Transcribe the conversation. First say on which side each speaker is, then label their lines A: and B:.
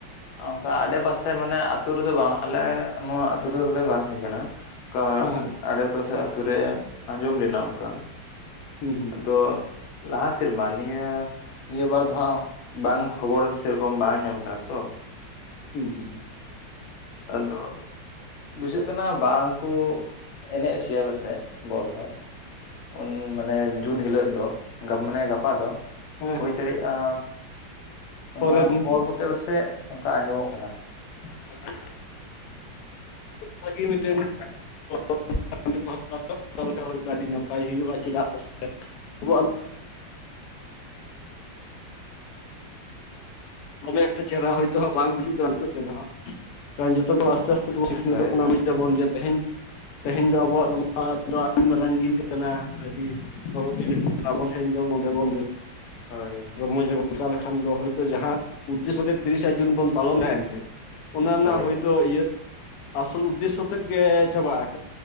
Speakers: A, on the left; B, on the left.
A: ᱚᱱᱠᱟ ᱟᱰᱮᱯᱟᱥᱮ ᱢᱟᱱᱮ ᱟ ᱟᱹᱛᱩ ᱨᱮᱫᱚ ᱵᱟᱝ ᱟᱞᱮ ᱱᱚᱣᱟ ᱟᱹᱛᱩ ᱨᱮᱫᱚ ᱵᱚᱞᱮ ᱵᱟᱝ ᱦᱩᱭ ᱠᱟᱱᱟ᱾ ᱚᱱᱠᱟ
B: ᱦᱮᱸ
A: ᱟᱰᱮᱯᱟᱥᱮ ᱟᱛᱳ ᱨᱮ ᱟᱸᱡᱚᱢ ᱞᱮᱱᱟ ᱚᱱᱠᱟ᱾
B: ᱦᱩᱸ ᱦᱩᱸ
A: ᱛᱚ ᱞᱟᱦᱟ ᱥᱮᱨᱢᱟ ᱱᱤᱭᱟᱹᱼᱼ ᱱᱤᱭᱟᱹ ᱵᱟᱨ ᱫᱚ ᱦᱟᱜ ᱵᱟᱝ ᱠᱷᱚᱵᱚᱨ ᱥᱮᱨᱚᱠᱚᱢ ᱵᱟᱝ ᱧᱟᱢ ᱠᱟᱱᱟ ᱛᱚ
B: ᱦᱩᱸ ᱦᱩᱸ ᱦᱩᱸ
A: ᱟᱫᱚ ᱵᱩᱡᱷᱟᱹᱜ ᱠᱟᱱᱟ ᱵᱟᱝᱠᱩ ᱮᱱᱮᱡ ᱚᱪᱚᱭᱟ ᱯᱟᱥᱮᱡ ᱵᱚᱞ ᱫᱚᱼᱼ ᱩᱱ ᱢᱟᱱᱮ ᱡᱩᱱ
B: ᱟᱪᱪᱷᱟ
A: ᱦᱤᱞᱳᱜ
B: ᱟᱪᱪᱷᱟ
A: ᱫᱚ, ᱢᱟᱱᱮ ᱜᱟᱯᱟ ᱫᱚ
B: ᱦᱮᱸ
A: ᱦᱩᱭ ᱫᱟᱲᱮᱭᱟᱜᱼᱟ
B: ᱯᱚᱨᱮᱨ
A: ᱚᱱᱟ
B: ᱫᱤᱱ
A: ᱯᱚᱨ ᱠᱚᱼᱼ ᱯᱮᱥᱮ ᱚᱱᱠᱟ ᱟᱸᱡᱚᱢᱚᱜ ᱠᱟᱱᱟ᱾
B: <inaudible>
A: <inaudible>
B: ᱵᱷᱟᱜᱤ ᱢᱤᱫᱴᱮᱱ
A: ᱱᱚᱜᱼᱚ
B: <unintelligible>
A: ᱱᱚᱝᱠᱟ
B: <unintelligible> ᱟᱹᱰᱤ ᱱᱟᱯᱟᱭ ᱦᱩᱭᱩᱜᱼᱟ ᱪᱮᱫᱟᱜ ᱥᱮ <unintelligible> ᱫᱚᱢᱮ ᱮᱠᱴᱟ ᱪᱮᱦᱨᱟ ᱦᱚᱭᱛᱳ ᱦᱜ ᱵᱟᱝ ᱵᱩᱡᱩᱜ ᱠᱟᱱᱟ ᱱᱤᱛᱚᱜ ᱛᱮᱫᱚ ᱟᱸᱜ ᱠᱚᱱ ᱡᱚᱛᱚ ᱜᱮᱼᱼ ᱟᱥᱛᱮ ᱛᱮ ᱥᱤᱠᱷᱱᱟᱛᱚᱜ
A: ᱦᱳᱭ
B: ᱠᱟᱱᱟ
A: ᱦᱳᱭ
B: ᱵᱩᱡ ᱫᱟᱵᱚᱱ ᱡᱮ ᱛᱮᱦᱮᱧ ᱛᱮᱦᱮᱧ ᱫᱚ ᱟᱵᱚᱣᱟᱜ ᱫᱚ ᱱᱚᱣᱟ ᱫᱚ ᱟᱹᱰᱤ ᱢᱟᱨᱟᱝ ᱫᱤᱱ ᱠᱟᱱᱟ ᱟᱹᱰᱤᱼᱼ ᱥᱚᱨᱵ ᱴᱷᱮᱱ ᱫᱚ ᱱᱚᱰᱮ ᱵᱚᱱᱟᱹ
A: ᱦᱳᱭ ᱦᱳᱭ
B: ᱨᱚᱢᱚᱡᱚᱱ ᱚᱱᱠᱟ ᱞᱮᱠᱷᱟᱱ ᱫᱚᱼᱼ ᱡᱟᱦᱟᱸ ᱩᱫᱽᱫᱮᱥᱚ ᱛᱮ ᱛᱤᱨᱤᱥᱟ ᱡᱩᱱ ᱵᱚᱱ ᱯᱟᱞᱚᱱᱟ ᱮᱱᱛᱮᱫ ᱚᱱᱟ ᱨᱮᱱᱟᱜ
A: ᱦᱳᱭ
B: ᱦᱳᱭᱛᱳ
A: ᱦᱳᱭ
B: ᱤᱭᱟᱹᱼᱼ ᱟᱥᱚᱞ ᱩᱫᱽᱫᱮᱥᱚ ᱛᱮᱫ ᱜᱮ ᱪᱟᱵᱟᱜᱼᱟ